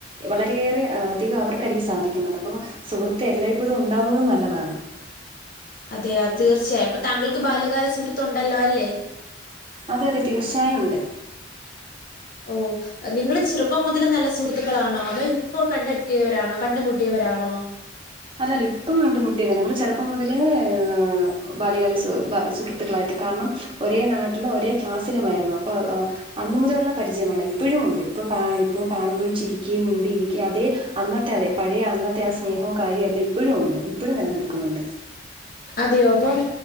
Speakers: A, on the right (about 30°); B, on the left (about 50°).
A: വളരെയേറെ അധികം അവർക്കായിരിക്കും സാധിക്കുന്നത്. അപ്പംസുഹൃ എല്ലായിപ്പോഴും ഉണ്ടാവുന്നതും നല്ലതാണ്.
B: അതെ തീർച്ചയായും അപ്പൊ താങ്കൾക്ക് ബാല്യകാല സുഹൃത്ത് ഉണ്ടല്ലോ അല്ലേ?
A: അതെ അതെ തീർച്ചയായും ഉണ്ട്.
B: ഓ നിങ്ങൾ ചെറുപ്പം മുതലുള്ള നല്ല സുഹൃത്തുക്കളാണോ? അതോ ഇപ്പം കണ്ടെത്തിയവരാണോ കണ്ടുമുട്ടിയവരാണോ?
A: അല്ലല്ല ഇപ്പം കണ്ട് മുട്ടിയതാ. ഞങ്ങള്ചെറുപ്പംമുതലേ ഹ് ബാല്യകാല സു സുഹൃ ത്തുകളായിട്ട് കാരണം ഒരേ നാട്ടിലും ഒരേ ക്ലാസ്സിലുമായിരുന്നു അപ്പൊ അന്നുമുതലുള്ള പരിചയമാണ്. ഇപ്പഴുമുണ്ട് ഇപ്പോ ഇപ്പോൾ കാണുമ്പോഴും ചിരി മിണ്ടിയിരിക്കുക അതെ അന്നത്തെ അതെ പഴയ അന്നത്തെ ആ സ്നേഹവും കാര്യം അല്ല ഇപ്പഴും ഉണ്ട് ഇപ്പഴും നിലനിൽക്കുന്നുണ്ട്.
B: അതെയോ അപ്പം